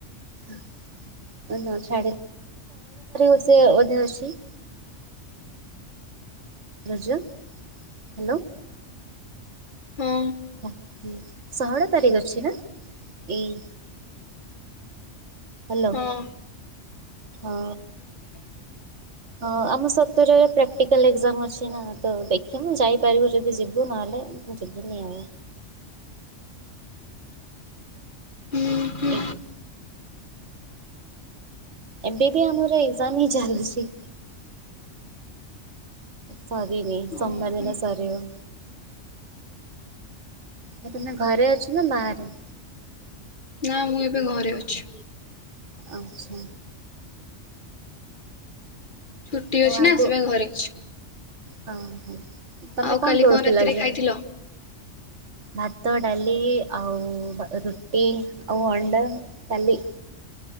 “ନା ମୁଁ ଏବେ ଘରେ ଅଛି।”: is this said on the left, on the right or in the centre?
Left